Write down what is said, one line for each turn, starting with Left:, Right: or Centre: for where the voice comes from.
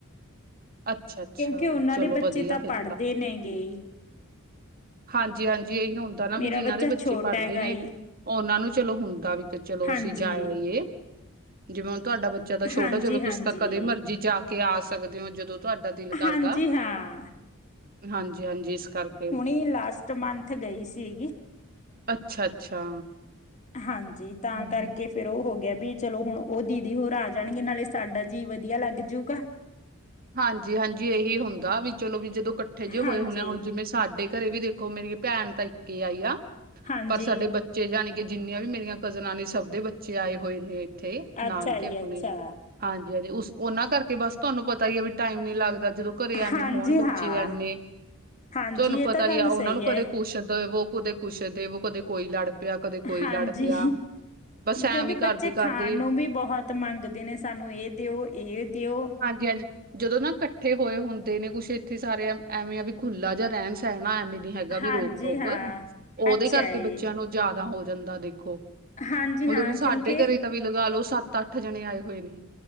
Right: ਅੱਛਾ ਅੱਛਾ
Left: ਕਿਉਂਕਿ ਉਹਨਾਂ
Right: ਚਲੋ
Left: ਦੇ ਬੱਚੇ
Right: ਵਧੀਆ
Left: ਤਾਂ
Right: ਫਿਰ
Left: ਪੜ੍ਹਦੇ ਨੇ ਗੇ ਹੀ।
Right: ਹਾਂਜੀ ਹਾਂਜੀ ਇਹੀ ਹੁੰਦਾ ਨਾ
Left: ਮੇਰਾ
Right: ਵੀ ਜਿਹਨਾਂ
Left: ਬੱਚਾ
Right: ਦੇ ਬੱਚੇ
Left: ਛੋਟਾ
Right: ਪੜ੍ਹਦੇ
Left: ਹੈਗਾ
Right: ਨੇ,
Left: ਈ
Right: ਉਹਨਾਂ ਨੂੰ ਚਲੋ ਹੁੰਦਾ ਵੀ ਚਲੋ
Left: ਹਾਂਜੀ।
Right: ਅਸੀਂ ਜਾਇਆ ਹੀਏ, ਜਿਵੇਂ ਹੁਣ ਤੁਹਾਡਾ ਬੱਚਾ। ਜਦਾ ਛੋਟਾ
Left: ਹਾਂਜੀ-ਹਾਂਜੀ,
Right: ਚਲੋ ਤੁਸੀਂ ਤਾਂ ਕਦੇ
Left: ਹਾਂਜੀ
Right: ਮਰਜੀ ਜਾ ਕੇ ਆ ਸਕਦੇ ਹੋ ਜਦੋਂ ਤੁਹਾਡਾ ਦਿਲ ਕਰਦਾ,
Left: ਹਾਂਜੀ ਹਾਂ।
Right: ਹਾਂਜੀ ਹਾਂਜੀ ਇਸ ਕਰਕੇ
Left: ਕਿ ਲਾਸਟ ਮੰਥ ਗਈ ਸੀਗੀ
Right: ਅੱਛਾ-ਅੱਛਾ।
Left: ਹਾਂਜੀ, ਤਾਂ
Right: ਹਾਂਜੀ।
Left: ਕਰਕੇ। ਫੇਰ ਉਹ ਹੋ ਗਿਆ ਵੀ ਚਲੋ ਹੁਣ ਉਹ ਦੀਦੀ ਹੋਰ ਆ ਜਾਣਗੇ, ਨਾਲੇ ਸਾਡਾ ਜੀਅ ਵਧੀਆ ਲੱਗ ਜੂਗਾ
Right: ਹਾਂਜੀ ਹਾਂਜੀ ਇਹੀ ਹੁੰਦਾ ਵੀ ਚਲੋ ਵੀ ਜਦੋਂ ਇਕੱਠੇ ਜਿਹੇ
Left: ਹਾਂਜੀ
Right: ਹੋਏ ਹੁੰਣੇ ਆ ਹੁਣ ਜਿਵੇਂ ਸਾਡੇ ਘਰੇ ਵੀ ਦੇਖੋ ਮੇਰੀ ਭੈਣ ਤਾਂ ਇੱਕ ਆਈ ਆ,
Left: ਹਾਂਜੀ
Right: ਪਰ ਸਾਡੇ ਬੱਚੇ ਜਾਨੇ ਕਿ ਜਿੰਨੀਆਂ ਵੀ ਮੇਰੀਆਂ ਕਜ਼ਨਾਂ ਨੇ ਸਭ ਦੇ ਬੱਚੇ ਆਏ ਹੋਏ ਨੇ। ਤੇ ਨਾਨਕੇ
Left: ਅੱਛਾ
Right: ਆਪਣੇ
Left: ਜੀ ਅੱਛਾ
Right: ਹਾਂਜੀ ਹਾਂਜੀ, ਉਸ ਉਹਨਾਂ ਕਰਕੇ ਬਸ ਤੁਹਾਨੂੰ ਪਤਾ ਹੀ ਆ ਵੀ ਟਾਈਮ ਨੀ ਲੱਗਦਾ ਜਦੋਂ ਕਰੇ ਏਵੇ
Left: ਹਾਂਜੀ
Right: ਹੋੁਣ ਬੱਚੇ
Left: ਹਾਂ
Right: ਐਨੇ
Left: ਹਾਂਜੀ
Right: ਤੁਹਾਨੂੰ ਪਤਾ
Left: ਇਹ ਤਾਂ ਗੱਲ
Right: ਹੀ ਆ ਉਹਨਾਂ
Left: ਸਹੀ
Right: ਨੂੰ ਕਦੇ
Left: ਹੈ
Right: ਕੁਛ ਵੋ ਕਦੇ ਕੁੱਛ ਦੇ ਵੋ, ਕਦੇ ਕੋਈ ਲੜ ਪਿਆ ਕਦੇ ਕੋਈ
Left: ਹਾਂਜੀ
Right: ਲੜ ਪਿਆ ਬਸ ਐਵੇਂ
Left: ਕਿਉਂਕਿ
Right: ਕਰਦੇ
Left: ਬੱਚੇ
Right: ਕਰਦੇ
Left: ਖਾਣ ਨੂੰ ਵੀ ਬਹੁਤ ਮੰਗਦੇ ਨੇ ਸਾਨੂੰ ਇਹ ਦਿਓ ਇਹ ਦਿਓ
Right: ਹਾਂਜੀ-ਹਾਂਜੀ। ਜਦੋਂ ਨਾ ਇਕੱਠੇ ਹੋਏ ਹੁੰਦੇ ਨੇ ਕੁਛ ਇੱਥੇ ਸਾਰੇ ਐਵੇਂ ਆ ਵੀ ਖੁੱਲਾ ਜਾਂ ਰਹਿਣ ਸਹਿਣਾ ਐਵੇਂ। ਹੈਗਾ
Left: ਹਾਂਜੀ
Right: ਵੀ ਰੋਕ-ਟੋਕ,
Left: ਹਾਂ
Right: ਉਹਦੇ
Left: ਅੱਛਾ
Right: ਕਰਕੇ
Left: ਜੀ
Right: ਬੱਚਿਆਂ ਨੂੰ ਜ਼ਿਆਦਾ ਹੋ ਜਾਂਦਾ ਦੇਖੋ।
Left: ਹਾਂਜੀ
Right: ਹੁਣ
Left: ਹਾਂ
Right: ਦੇਖੋ
Left: ਕਿਉਂਕਿ
Right: ਸਾਡੇ ਘਰੇ ਤਾਂ ਵੀ ਲਗਾ ਲੋ ਸੱਤ-ਅੱਠ ਜਣੇ ਆਏ ਹੋਏ ਨੇ।